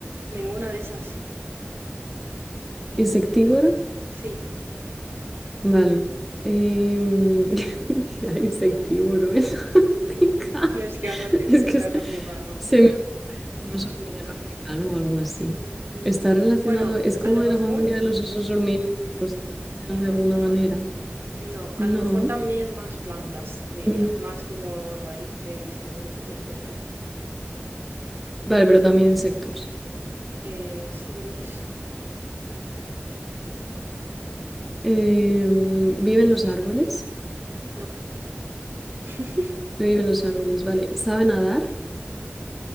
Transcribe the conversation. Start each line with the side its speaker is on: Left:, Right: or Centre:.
Right: ninguna de esas.
Centre: insectívoro?
Right: Sí.
Centre: Vale. em, <laughs> ¿qué hay insectívoro en <laughs> África?
Right: No es que vas a flipar,
Centre: Es
Right: es
Centre: que
Right: que vas a flipar, vamos.
Centre: se, Un oso hormiguero africano o algo así.
Right: No.
Centre: Está relacionado,
Right: Bueno,
Centre: es como
Right: a lo mejor.
Centre: de la familia de los osos hormigueros, está relacionado de
Right: No,
Centre: alguna
Right: no.
Centre: manera.
Right: No,
Centre: No.
Right: a lo mejor también más plantas, te diría.
Centre: Mm,
Right: Más como raíces, tubérculos y cosas así.
Centre: Vale, pero también insectos.
Right: Eh, sí, creo que sí.
Centre: Em, ¿vive
Right: Qué desastre.
Centre: en los árboles?
Right: No. <laughs>
Centre: No vive en los árboles, vale. ¿Sabe nadar?